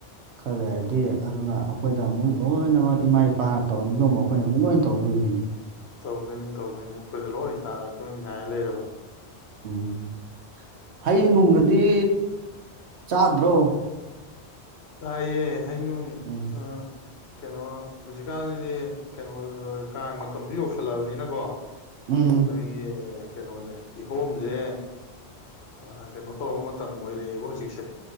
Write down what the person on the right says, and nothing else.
ꯈꯔ ꯂꯩꯔꯗꯤ ꯑꯜꯅ ꯑꯗꯨꯅ ꯑꯩꯈꯣꯏꯗ ꯑꯃꯨꯛ ꯂꯣꯏꯅꯃꯨꯛ ꯏꯃꯥ ꯏꯄꯥꯅ ꯇꯧꯔꯝꯕꯗꯣ ꯃꯨꯛ ꯑꯩꯈꯣꯏꯅ ꯑꯃꯨꯛ ꯂꯣꯏꯅ ꯇꯧꯗꯣꯏꯃꯤꯅꯦ
ꯎꯝ ꯍꯩ ꯅꯨꯡꯒꯗꯤ ꯆꯥꯗ꯭ꯔꯣ
ꯎꯝ
ꯎꯝ